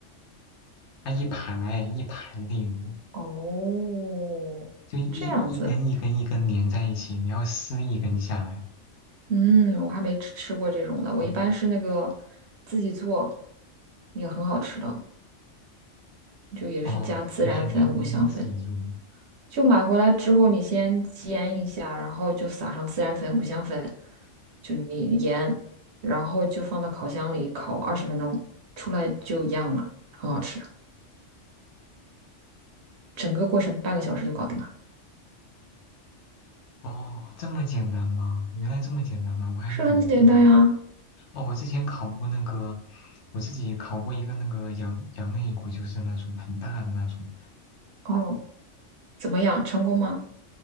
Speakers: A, on the left; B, on the right.
A: 它一排一排肋骨，
B: <laughs> 哦，
A: 就一一根一根一根连在一起，
B: 这样子，
A: 你要撕一根下来。
B: 嗯，我还没吃吃过这种的，我一般是那个
A: 嗯，
B: 自己做，也很好吃的，就也是加孜然粉、
A: 哦，你还你还你还能自己做吗
B: 五香粉。就买回来之后，你先煎一下，然后就撒上孜然粉、五香粉，就你盐，然后就放到烤箱里烤二十分钟，出来就一样了，很好吃。整个过程半个小时就搞定了，
A: 哦，这么简单吗？原来这么简单吗？我还没怎么做过。
B: 是很简单呀。
A: 哦，我之前烤过那个，我自己烤过一个那个羊羊肋骨，就是那种很大的那种。
B: 哦，怎么样，成功吗？